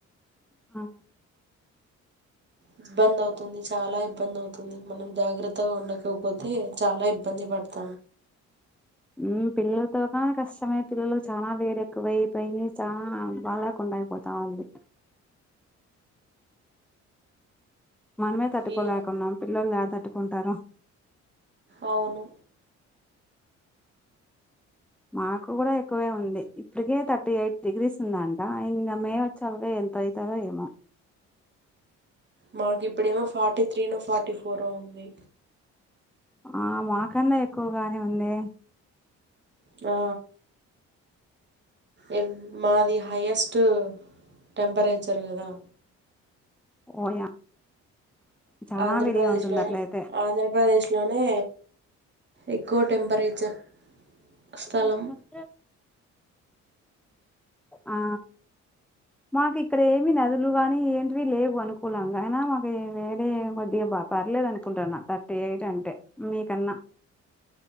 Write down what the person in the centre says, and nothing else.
ఆ
మ్మ్ పిల్లలతో నా కష్టమే పిల్లల చాలా వేడేక్కువైపోయి చాలా బాలేకుండా అయిపోతా ఉంది మనమే తట్టుకోలేకున్నాం
పిల్లొల్లు యాడ తట్టుకుంటారు
మాకు కూడా ఎక్కువే ఉంది ఇప్పటికే థర్టీ ఎయిట్ డిగ్రీస్ ఉందంట ఇంగా మే వచే సరికి ఎంతయితాదో ఏమో
ఆ మాకన్నా ఎక్కువగానే ఉందే
ఓయా చానా
వేడిగా ఉంటుంది
అట్లయితే
<unintelligible>
ఆ మాకు ఇక్కడ ఏమి నదులు కానీ ఏంటివి లేవు అనుకూలంగాఆయినా మాకు వేడే కొద్దిగా పర్లే లేదు అనుకుంటున్న థర్టీ ఎయిట్ అంటే మీకన్నా